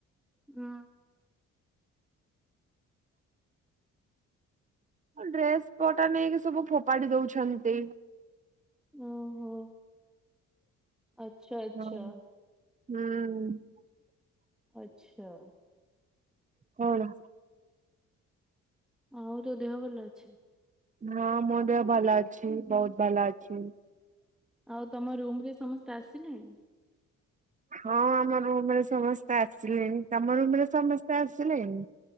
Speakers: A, in the centre; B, on the right (about 25°).
A: ହୁଁ।
B: ଡ୍ରେସ୍ ପଟା ନେଇକି ସବୁ ଫୋପାଡି ଦଉଛନ୍ତି।
A: ଓ ହୋ ଆଛା ଆଚ୍ଛା।
B: ହଁ। ହୁଁ।
A: ଆଚ୍ଛା।
B: କଣ?
A: ଆଉ ତ ଦେହ ଭଲ ଅଛି?
B: ହଁ ମୋ ଦେହ ଭଲ ଅଛି ବହୁତ ଭଲ ଅଛି।
A: ଆଉ ତମ ରୁମ୍ ରେ ସମ ଆସିଲେଣି
B: ହଁ ଆମ ରୁମ୍ ରେ ସମସ୍ତେ ଆସିଲେଣି। ତମ ରୁମ୍ ରେ ସମସ୍ତେ ଆସିଲେଣି।